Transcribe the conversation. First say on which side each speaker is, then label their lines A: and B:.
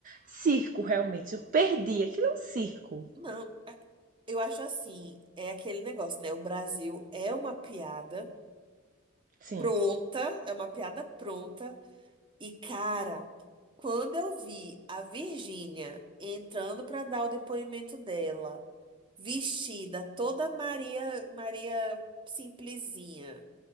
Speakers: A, on the right; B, on the right.
A: circo, realmente. Eu perdi, aquilo é um circo.
B: Não, a- eu acho assim, é aquele negócio, né? O Brasil é uma piada
A: Sim.
B: pronta, é uma piada pronta. E, cara, quando eu vi a Virgínia entrando para dar o depoimento dela, vestida toda Maria, Maria simplesinha,